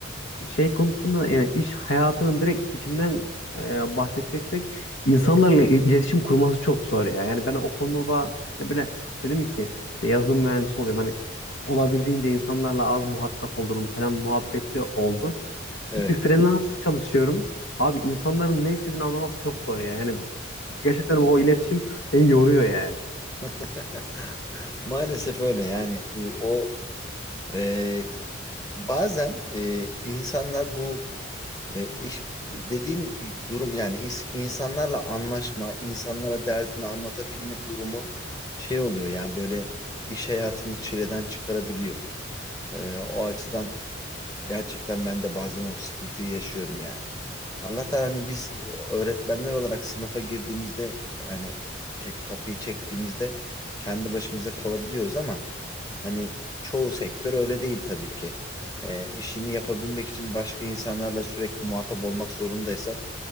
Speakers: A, on the left; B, on the left.
A: şey konusunda da, yani iş hayatının direkt içinden e, bahsedeceksek insanlarla il- iletişim kurması çok zor ya. Yani ben o konuda hani böyle dedim ki işte yazılım mühendisi oluyorum. Hani olabildiğince insanlarla az muhatap olurum falan muhabbeti oldu.
B: Evet.
A: Şimdi freelancer çalışıyorum. Abi insanların ne istediğini anlamak çok zor ya. Yani gerçekten o iletişim beni yoruyor yani.
B: <laughs> Maalesef öyle yani e, o e, bazen e, insanlar bu E, iş dediğin durum yani is- insanlarla anlaşma, insanlara derdini anlatabilme durumu şey oluyor yani böyle iş hayatını çileden çıkarabiliyor. E, o açıdan Gerçekten ben de bazen o sıkıntıyı yaşıyorum yani. Allah'tan hani biz e, öğretmenler olarak sınıfa girdiğimizde hani ke- kapıyı çektiğimizde kendi başımıza kalabiliyoruz ama hani çoğu sektör öyle değil tabii ki. E, işini yapabilmek için başka insanlarla sürekli muhatap olmak zorundaysan